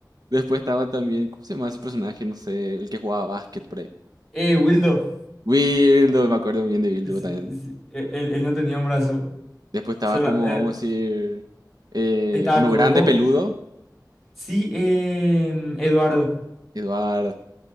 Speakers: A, on the right; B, in the centre.
A: Después estaba también, ¿cómo se llama ese personaje? No sé, el que jugaba básquet por ahí.
B: Eh, Wildo.
A: Wildo, me acuerdo bien de Wildo
B: Sí,
A: también.
B: sí, e- Él, él no tenía un brazo.
A: Después estaba
B: Se la-
A: como,
B: eh,
A: vamos a decir, eh,
B: estaba
A: uno
B: Coco.
A: grande peludo,
B: Sí, em, Eduardo.
A: Eduardo.